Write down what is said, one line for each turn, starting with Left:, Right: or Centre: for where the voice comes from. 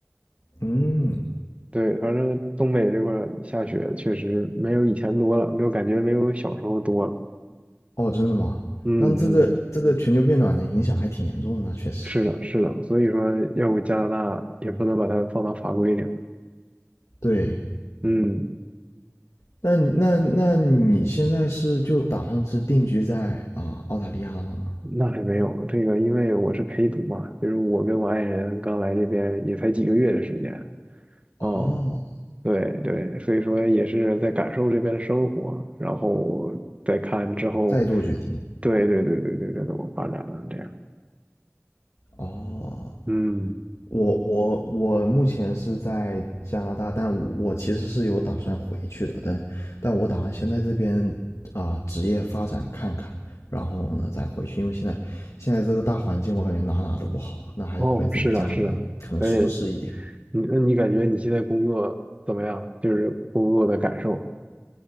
Left: 嗯，
Right: 对，反正东北这块儿下雪确实没有以前多了，没有感觉没有小时候多了。
Left: 哦，真的吗？
Right: 嗯嗯，
Left: 那这个这个全球变暖的影响还挺严重的呢，确实。
Right: 是的，是的，所以说要不加拿大也不能把它放到法规里。
Left: 对，
Right: 嗯，
Left: 那那那那你现在是就打算是定居在啊、澳大利亚了吗？
Right: 那还没有，这个因为我是陪读嘛，就是我跟我爱人刚来这边也才几个月的时间，
Left: 哦，
Right: 哦，对对，所以说也是在感受这边的生活，然后再看之后，
Left: 再做决定。
Right: 对对对对对，该怎么发展了这样，
Left: 哦，
Right: 嗯，
Left: 我我我目前是在加拿大，但我我其实是有打算回去的，但但我打算先在这边啊、呃职业发展看看，然后呢再回去，因为现在现在这个大环境我感觉哪哪都不好，那还是回自己家里面可能舒适一点。
Right: 哦，是的，是的，而且你那你感觉你现在工作怎么样？就是工作的感受，